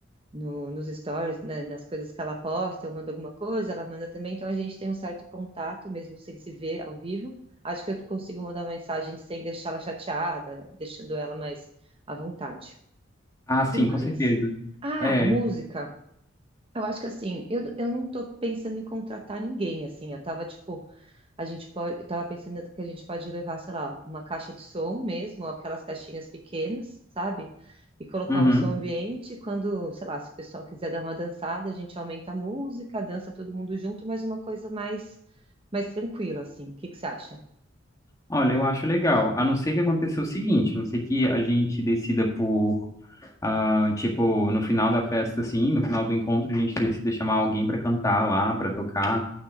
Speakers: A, on the right; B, on the left.
A: no- nos stories, né, nas coisas que ela posta, eu mando alguma coisa, ela manda também, então a gente tem um certo contato, mesmo sem se ver ao vivo. Acho que eu consigo mandar uma mensagem sem deixar ela chateada, deixando ela mais à vontade.
B: Ah, sim,
A: Que mais?
B: com certeza.
A: Ah,
B: É.
A: música. Eu acho que assim, eu, eu não tô pensando em contratar ninguém, assim, eu tava tipo, a gente pode, eu tava pensando que a gente pode levar, sei lá, uma caixa de som mesmo, ou aquelas caixinhas pequenas, sabe? E colocar
B: Uhum.
A: um som ambiente, quando, sei lá, se o pessoal quiser dar uma dançada, a gente aumenta a música, dança todo mundo junto, mas uma coisa mais, mais tranquila, assim. O que que você acha?
B: Olha, eu acho legal. A não ser que aconteça o seguinte, a não ser que a gente decida por, ah, tipo, no final da festa, assim, no final do encontro, a gente decida chamar alguém pra cantar lá, pra tocar,